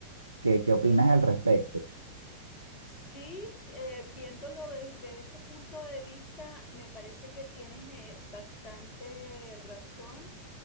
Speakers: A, on the right; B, on the left.
A: ¿Qué, qué opinas al respecto?
B: Sí, eh, viéndolo desde ese punto de vista, me parece que tienes eh, bastante razón.